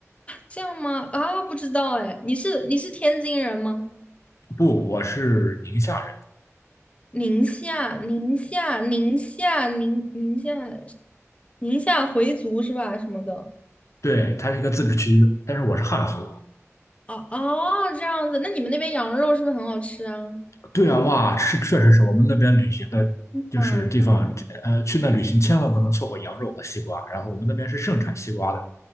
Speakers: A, on the left; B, on the left.
A: 这样吗？啊，不知道哎。你是你是天津人吗？
B: 不，我是宁夏人，
A: 宁夏，宁夏，宁夏，宁宁夏，宁夏回族是吧？什么的？
B: 对，他是一个自治区，但是我是汉族。
A: 哦哦，这样子。那你们那边羊肉是不是很好吃啊？
B: 对啊，哇，是确实是我们那边旅行的，就是地方，
A: 嗯，
B: 呃，去那旅行千万不能错过羊肉和西瓜。然后我们那边是盛产西瓜的，